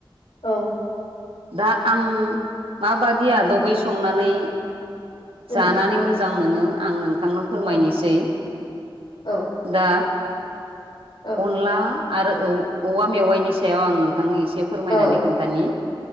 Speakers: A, on the left; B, on the right.
A: औ
B: दा आं माबादि आदबै
A: उम
B: संनानै
A: उम
B: जानानै मोजां मोनो आं नों थांनो फोरमायनोसै
A: औ औ
B: दा
A: औ
B: अनला आरो औवा मेवाइनि सायाव आं नों बिथांनो एसे फोरमायनानै
A: औ
B: खोन्थानि